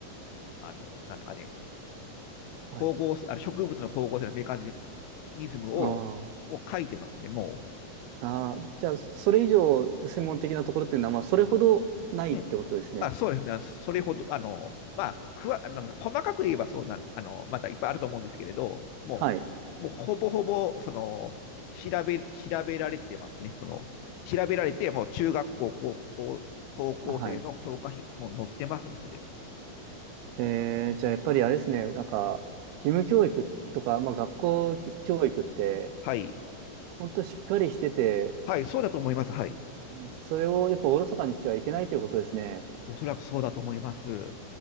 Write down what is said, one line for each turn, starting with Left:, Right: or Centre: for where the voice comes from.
Left: あの、なんですかね、
Right: はい。
Left: 光合成、あの植物の光合成のメカニズムを、
Right: あー
Left: を書いてますね、もう。
Right: あー、じゃあ、それ以上専門的なところっていうのは、まあ、それほどないってことですね。
Left: うん。あ、そうですね。それほど、あの、まあ、くわ、あの、細かく言えばそうなん、あの、まだいっぱいあると思うんですけれど、もう、
Right: はい、
Left: もうほぼほぼ、その、調べ、調べられてますね。その、調べられて、もう中学校、高校、高校生の教科書にもう載ってますね、
Right: はい。
Left: すでに。
Right: えー、じゃあやっぱりあれですね、なんか、義務教育とか、まあ学校教育って、
Left: はい。
Right: 本当しっかりしてて、
Left: はい、そうだと思います。はい。
Right: それをやっぱおろそかにしてはいけないということですね。
Left: おそらくそうだと思います。